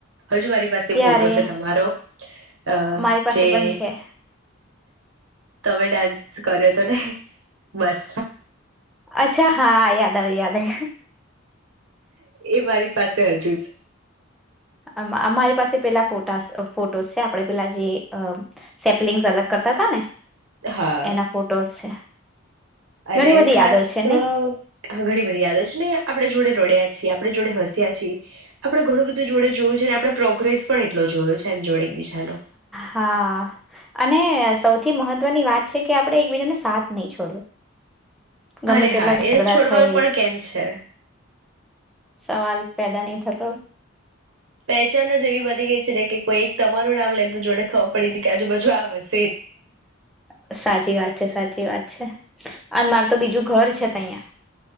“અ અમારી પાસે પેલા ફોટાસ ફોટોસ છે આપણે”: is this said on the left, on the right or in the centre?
Centre